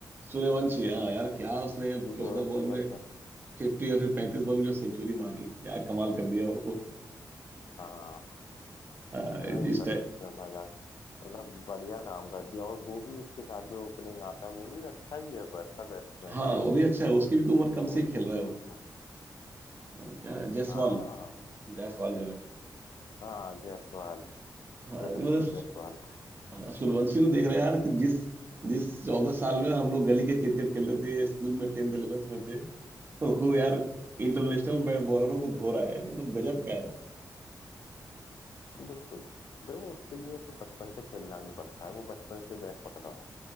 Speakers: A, on the right; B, on the left.
A: सूर्यवंशी हाँ यार क्या उसने
B: सूर्यवंशी
A: चौदह बॉल
B: करके
A: में फिफ्टी या फिर पैंतीस बॉल में जो सेंचुरी मारी क्या कमाल कर दिया वो
B: हाँ
A: हाँ,
B: नहीं
A: जिस
B: सर
A: टाइम
B: उसने मजाक मतलब बढ़िया काम कर दिया और वो भी उसके साथ जो ओपनिंग आता है वो भी अच्छा ही है वो अच्छा बैट्समैन
A: हाँ
B: है वो
A: वो भी
B: भी
A: अच्छा है उसकी भी तो उम्र कम
B: वो
A: से ही
B: भी
A: खेल
B: ऐसे
A: रहा है
B: ही
A: वो
B: उठा
A: हाँ, क्या है? जायसवाल
B: हाँ
A: जायसवाल जो है
B: हाँ जायसवाल
A: हाँ
B: यशस्वी
A: नहीं, मतलब
B: जायसवाल
A: हाँ, सूर्यवंशी को देख रहे हैं यार कि जिस
B: वो
A: जिस
B: भी
A: चौदह साल में हम लोग गली के क्रिकेट खेलते थे स्कूल में टेंथ इलेवेंथ में थे तो वो यार इंटरनेशनल बॉलरों को धो रहा है मतलब गजब का है
B: बिल्कुल देखो उसके लिए फिर बचपन से खेलना भी पड़ता है वो बचपन से बैट पकड़ रहा